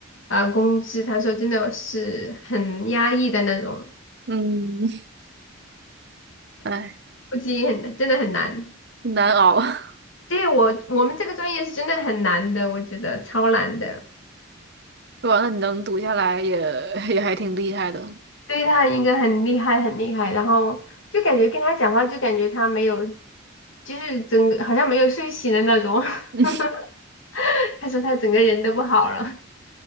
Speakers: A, on the left (about 75°); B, on the right (about 55°).
A: 呃工资，他说真的是很压抑的那种，
B: 嗯，<laughs> 哎，
A: 估计很真的很难。
B: 难熬。<laughs>
A: 对我我们这个专业是真的很难的，我觉得超难的。
B: 哇，那你能读下来也也还挺厉害的。<laughs>
A: 对他应该很厉害，很厉害。然后就感觉跟他讲话，就感觉他没有，就是整个好像没有睡醒的那种。
B: 嗯，
A: <laughs> 他说他整个人都不好了，